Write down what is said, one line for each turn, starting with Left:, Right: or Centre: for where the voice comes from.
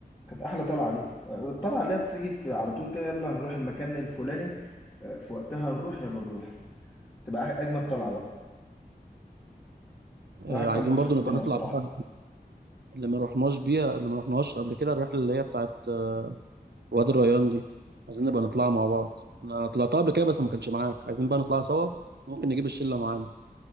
Left: كانت احلى طلعة دي الطلعة اللي هي بتيجي في على طول كده يلا هنروح المكان الفلاني آه، في وقتها نروح يلا نروح تبقى أح- اجمد طلعة بقى
Right: آه،
Left: الواحد كان
Right: عايزين
Left: مبسوط
Right: برضو نبقى
Left: منها
Right: نطلع
Left: بصراحة
Right: بقى اللي ما رحناش بيها اللي ما رحناش قبل كده الرحلة اللي هي بتاعت آه، وادي الريان دي عايزين نبقى نطلعها مع بعض أنا طلعتها قبل كده بس ما كانش معاك عايزين بقى نطلعها سوا ممكن نجيب الشلة معانا